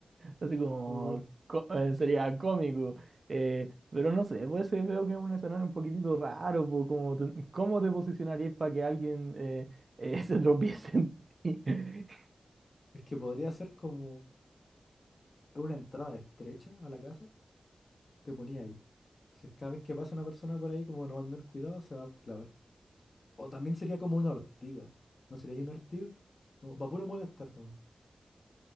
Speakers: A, on the right (about 50°); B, on the left (about 50°).
A: Así como.
B: Más o menos.
A: co- eh, sería cómico. Eh, pero no sé, pues eh, veo que es un escenario un poquitito raro. po, como te- ¿cómo te posicionarías para que alguien eh, eh, <laughs> se tropiece en ti? <laughs>
B: Es que podría ser como una entrada estrecha a la casa, te ponía ahí. Entonces cada vez que pasa una persona por ahí, como no va a tener cuidado, se va a clavar. O también sería como una ortiga. ¿No sería ahí una ortiga? No, para puro molestar nomás.